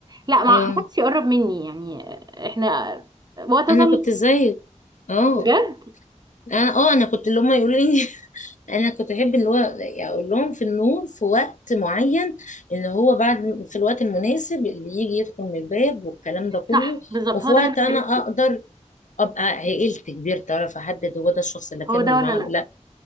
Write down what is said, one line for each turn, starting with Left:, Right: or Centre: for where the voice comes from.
Right: لا ما
Left: اه
Right: ما حدش يقرب مني يعني احنا وقت مثلا
Left: انا كنت زيك اه
Right: بجد
Left: انا اه انا كنت اللي هم يقولوا لي <laughs> انا كنت احب اللي هو اقول لهم في النور في وقت معين اللي هو بعد في الوقت المناسب اللي يجي يدخل من الباب والكلام ده كله
Right: صح بالظبط
Left: وفي
Right: هو
Left: وقت
Right: ده اللي انا بتكلم
Left: انا
Right: فيه
Left: اقدر ابقى عقلت كبير تعرف احدد هو ده الشخص اللي اكمل
Right: هو ده ولا
Left: معاه
Right: لا
Left: ولا لا